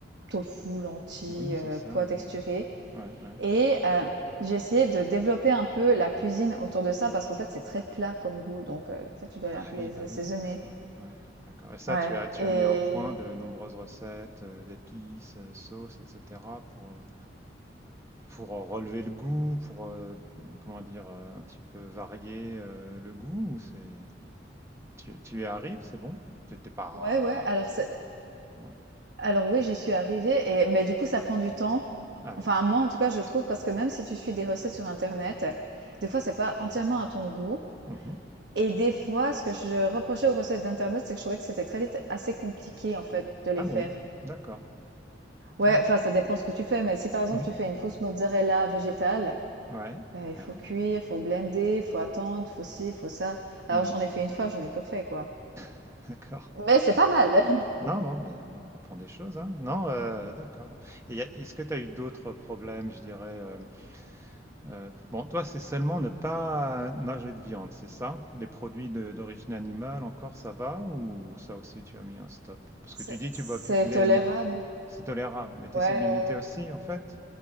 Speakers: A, on the right; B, on the right.
A: tofu, lentilles,
B: Oui, c'est
A: heu,
B: ça,
A: pois texturés
B: oui. Ouais, ouais.
A: et heu, j'ai essayé de développer un peu la cuisine autour de ça parce qu'en fait, c'est très plat comme goût donc, heu, en fait, tu dois
B: Ah
A: aller un peu
B: oui,
A: les
B: bah
A: assaisonner.
B: oui, c'est ça. Ouais, d'accord et ça,
A: Ouais
B: tu as tu
A: et
B: as mis au point de nombreuses recettes, heu, d'épices, heu, sauces et cetera pour, heu, pour, heu, relever le goût, pour, heu, comment dire? Heu, un petit peu varier, heu, le goût ou c'est tu tu y arrives, c'est bon? T'es étais pas
A: ouais, ouais, alors c'est
B: ouais.
A: alors oui, j'y suis arrivée et mais du coup, ça prend du temps.
B: Ah
A: Enfin,
B: oui.
A: moi, en tout cas, je trouve parce que même si tu suis des recettes sur internet, des fois, c'est pas entièrement à ton goût
B: Mmh
A: Et des fois, ce que je reprochais aux recettes d'internet, c'est que je trouvais que c'était très vite assez compliqué, en fait, de les
B: Ah
A: faire.
B: bon? D'accord.
A: Ouais,
B: Ah ouais.
A: enfin, ça dépend ce que tu fais, mais si, par exemple,
B: Mmh
A: tu fais une fausse mozzarella végétale,
B: Ouais.
A: heu, il
B: Ah
A: faut
B: ouais.
A: cuire, faut blender, faut attendre, faut ci, faut ça. Alors
B: Mmh.
A: j'en ai fait une fois, j'en ai plus refait, quoi.
B: <laughs> D'accord.
A: Mais c'est pas mal. <laughs>
B: Non, non, mais bon, on apprend des choses, hein. Non, euh, d'accord. Et y a- est-ce que tu as eu d'autres problèmes, je dirais euh, euh, Bon, toi, c'est seulement ne pas manger de viande, c'est ça? Les produits de- d'origine animale, encore, ça va? Ou ça aussi, tu as mis un stop? Parce
A: C'est
B: que tu dis
A: c'est
B: que tu bois plus de lait,
A: tolérable.
B: mais c'est tolérable. Mais tu
A: Ouais,
B: essaies de limiter aussi, en fait?